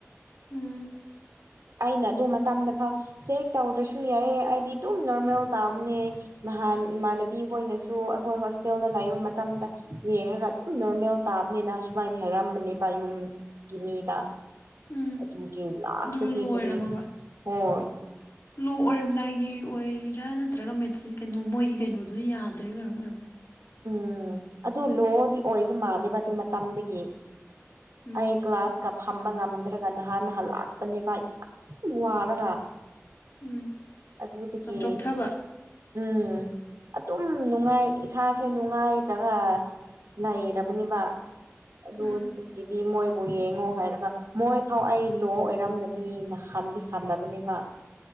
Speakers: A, on the left (about 65°); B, on the right (about 80°).
A: ꯎꯝ
B: ꯑꯩꯅ ꯑꯗꯨ ꯃꯇꯝꯗ ꯐꯥꯎ ꯆꯦꯛ ꯇꯧꯗ꯭ꯔꯁꯨ ꯌꯥꯏꯑ ꯑꯩꯗꯤ ꯑꯗꯨꯝ ꯅꯣꯔꯃꯦꯜ ꯇꯥꯕꯅꯦ ꯅꯍꯥꯟ ꯏꯃꯥꯟꯅꯕꯤꯈꯣꯏꯅꯁꯨ ꯑꯩꯈꯣꯏ ꯍꯣꯁꯇꯦꯜꯗ ꯂꯩꯅꯥꯏꯕ ꯃꯇꯝꯗ ꯌꯦꯡꯉꯒ ꯑꯗꯨꯝ ꯅꯣꯔꯃꯦꯜ ꯇꯥ ꯍꯥꯕꯅꯤꯅ ꯁꯨꯃꯥꯏꯅ ꯍꯥꯏꯔꯝꯕꯅꯦꯕ ꯌꯨꯝꯒꯤ ꯃꯤꯗ
A: ꯎꯝ
B: ꯑꯗꯨꯒꯤ ꯂꯥꯁꯗꯤ
A: ꯑꯗꯨꯒ ꯂꯣ
B: ꯀꯔꯤ
A: ꯑꯣꯏꯔꯝꯃꯕ
B: ꯍꯣꯏ
A: ꯂꯣ ꯑꯣꯏꯔꯝꯗꯥꯏꯒꯤ ꯑꯣꯏꯔꯤꯔꯥ ꯅꯠꯇ꯭ꯔꯒ ꯃꯦꯆꯤꯟ ꯀꯩꯅꯣ ꯃꯣꯏꯒꯤ ꯀꯩꯅꯣꯗꯨꯅ ꯌꯥꯗ꯭ꯔꯦꯥ ꯀꯩꯅꯝ ꯑꯣꯏꯔꯝ
B: ꯎꯝ ꯑꯗꯨ ꯂꯣꯗꯤ ꯑꯣꯏꯕ ꯃꯥꯜꯂꯦꯕ ꯑꯗꯨ ꯃꯇꯝꯗꯒꯤ
A: ꯎꯝ
B: ꯑꯩ ꯀ꯭ꯂꯥꯁ ꯀ ꯐꯝꯕ ꯉꯝꯗ꯭ꯔꯒ ꯅꯍꯥꯟ ꯅꯍꯥꯟ ꯂꯥꯛꯄꯅꯦꯕ ꯌꯥꯝ ꯋꯥꯔꯒ
A: ꯎꯝ
B: ꯑꯗꯨꯕꯨꯠꯇꯗꯒꯤ
A: ꯌꯥꯝ ꯆꯣꯛꯊꯕ
B: ꯎꯝ ꯑꯗꯨꯝ ꯅꯨꯡꯉꯥꯏ ꯏꯁꯥꯁꯦ ꯅꯨꯡꯉꯥꯏꯇ꯭ꯔꯒ ꯂꯩꯔꯕꯅꯦꯕ ꯑꯗꯨꯗꯤ
A: ꯎꯝ
B: ꯃꯣꯏ ꯕꯨ ꯌꯦꯡꯉꯣ ꯍꯥꯏꯔꯒ ꯃꯣꯏ ꯐꯥꯎ ꯑꯩ ꯂꯣ ꯑꯣꯏꯔꯝꯒꯅꯤꯅ ꯍ ꯍꯜꯂꯕꯅꯦꯕ